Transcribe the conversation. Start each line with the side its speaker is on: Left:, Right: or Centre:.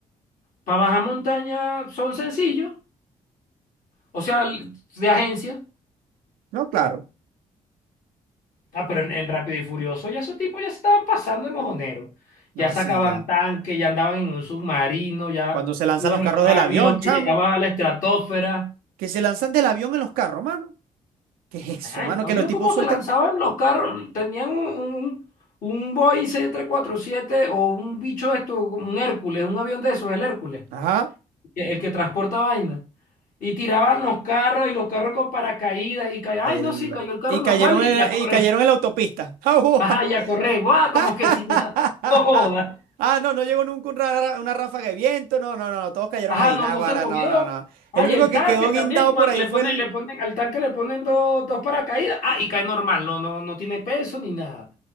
Left: para bajar montaña son sencillos, o sea, de agencia.
Right: No, claro.
Left: Ah, pero en, en Rápido y Furioso ya esos tipos ya se estaban pasando de mojoneros.
Right: No,
Left: Ya
Right: así
Left: sacaban
Right: ya.
Left: tanques, ya andaban en un submarino, ya
Right: Cuando se lanzan
Left: iban
Right: los carros
Left: en un
Right: del
Left: avión
Right: avión,
Left: que
Right: chamo.
Left: llegaba a la estratosfera.
Right: Que se lanzan del avión en los carros, mano. ¿Qué es
Left: Man,
Right: eso, mano?
Left: ¿no
Right: Que
Left: vio
Right: los tipos
Left: cómo
Right: sueltan.
Left: se lanzaban los carros? Tenían un, un Boeing 747 o un bicho de esto, como un Hércules, un avión de esos, el Hércules,
Right: Ajá.
Left: que- el que transporta vaina. Y tiraban los carros y los carros con paracaídas y caían.
Right: El...
Left: Ay, no, sí, cayó el carro
Right: Y
Left: normal
Right: cayeron
Left: y,
Right: en,
Left: y a correr.
Right: y cayeron en la autopista. <laughs>
Left: Ajá, y a correr. ¡Guau! Como que
Right: <laughs>
Left: si nada. <laughs> Joda.
Right: Ah, no, no llegó nunca un ra- una ráfaga de viento. No, no, no, no, todos cayeron
Left: Ajá,
Right: ahí.
Left: no,
Right: Naguará,
Left: no se movió.
Right: no, no, no.
Left: Ay,
Right: El único
Left: el
Right: que
Left: tanque
Right: quedó
Left: también,
Right: guindado
Left: cua-
Right: por ahí
Left: le
Right: fue
Left: ponen,
Right: el.
Left: le ponen, al tanque le ponen dos, dos paracaídas. Ah, y cae normal, no, no, no tiene peso ni nada.